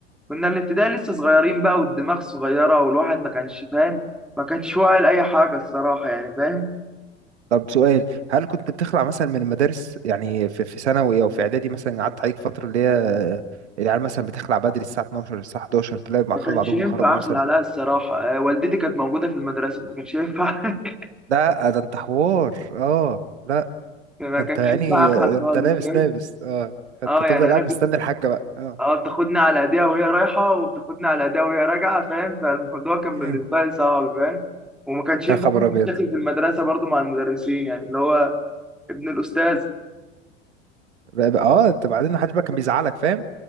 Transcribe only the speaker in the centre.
كنا الابتدائي لسه صغيرين بقى والدماغ صغيرة والواحد ما كانش فاهم ما كانش واعي لاي حاجة الصراحة يعني فاهم
ما
كانش
ينفع
اخلع
عليها الصراحه آه، والدتي كانت موجوده في المدرسه ما كانش ينفع <laughs>
ما
كانش
ينفع اخلع
خالص
فاهم
اه
يعني انا
كنت
اه بتاخدني على ايديها وهي رايحه وبتاخدني على ايديها وهي راجعه فاهم فالموضوع كان
بالنسبه لي صعب فاهم وما كانش ينفع
اعمل
مشاكل في المدرسه برضو مع المدرسين يعني اللي هو ابن الاستاذ